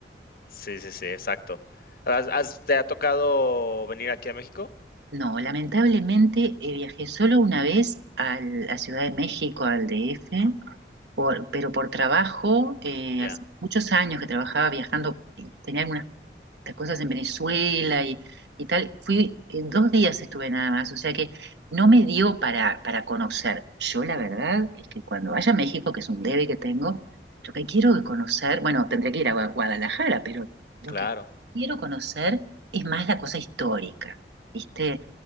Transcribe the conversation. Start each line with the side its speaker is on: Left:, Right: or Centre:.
Left: sí, sí, sí, exacto. ¿Has- has- te ha tocado venir aquí a México?
Right: No, lamentablemente eh, viajé solo una vez a la Ciudad de México, al DF
Left: Ajá.
Right: por- pero por trabajo, eh,
Left: Ya,
Right: hace muchos años que trabajaba viajando, eh, tenía algunas cosas en Venezuela y, y tal, fui, eh, dos días estuve nada más, o sea que no me dio para, para conocer. Yo la verdad es que cuando vaya a México, que es un debe que tengo, lo que quiero conocer, bueno, tendré que ir a Gua- Guadalajara, pero lo
Left: claro,
Right: que quiero conocer es más la cosa histórica, ¿viste?